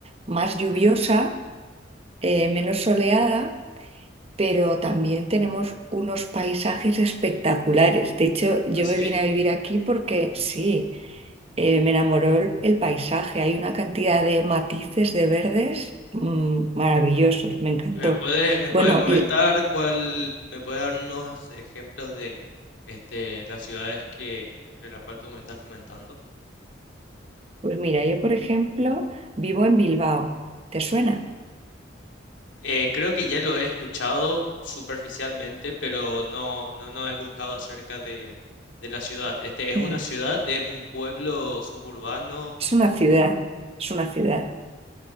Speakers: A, on the right; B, on the left.
A: más lluviosa, eh, menos soleada pero también tenemos unos paisajes espectaculares. De hecho, yo
B: ¿Ah, sí?
A: me vine a vivir aquí porque sí, eh, me enamoró el, el paisaje. Hay una cantidad de matices de verdes mm, maravillosos, me encantó.
B: ¿Y me puede, me
A: Bueno,
B: puede comentar
A: y
B: cuál, me puedes dar unos ejemplos de, este, las ciudades que, de la cual tú me estás comentando?
A: pues mira, yo por ejemplo vivo en Bilbao. ¿Te suena?
B: Eh, creo que ya lo he escuchado superficialmente, pero no, no, no he buscado acerca de, de la ciudad. Este, ¿es una
A: Mm,
B: ciudad? ¿Es un pueblo suburbano?
A: Es una ciudad, es una ciudad.